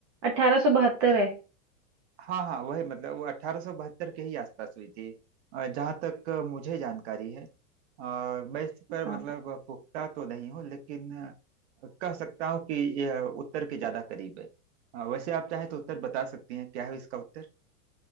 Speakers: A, on the right; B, on the right.
A: 1872 है
B: हाँ हाँ वही मतलब वो 1872 के ही आसपास हुई थी जहां तक अ, मुझे जानकारी है अ, मैं इस पर
A: हाँ।
B: मतलब अ, पुख्ता तो नहीं हूँ लेकिन अ, कह सकता हूँ कि यह उत्तर के ज्यादा करीब है अ, वैसे आप चाहे तो उत्तर बता सकती हैं क्या है इसका उत्तर